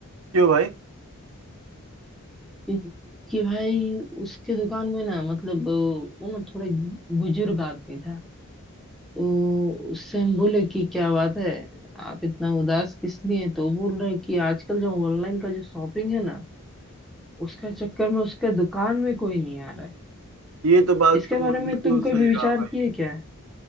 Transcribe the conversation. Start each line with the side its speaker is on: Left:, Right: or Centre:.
Right: क्यों भाई
Centre: क्योंकि भाई उसके दुकान में ना मतलब अ, वो ना थोड़े बुजुर्ग आदमी था तो उससे हम बोले कि क्या बात है आप इतना उदास किस लिए हैं? तो वो बोल रहे कि आजकल जो ऑनलाइन का जो शॉपिंग है ना उसका चक्कर में उसके दुकान में कोई नहीं आ रहा है
Right: ये तो बात
Centre: इसके
Right: तुम
Centre: बारे में
Right: बिल्कुल
Centre: तुम कभी
Right: सही
Centre: विचार
Right: कहा भाई
Centre: किए क्या